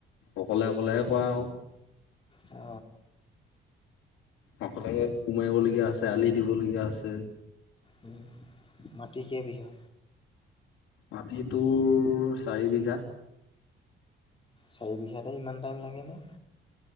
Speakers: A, on the left (about 85°); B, on the left (about 25°).
A: অকলে অকলেহে কৰা আও
B: অ
A: অকলে কোৰ মাৰিবলগীয়া আছে আলি দিব লগীয়া হৈছে
B: উম মাটি কেই বিঘা
A: মাটি তোৰ চাৰি বিঘা
B: চাৰি বিঘাতে ইমান টাইম লাগেনে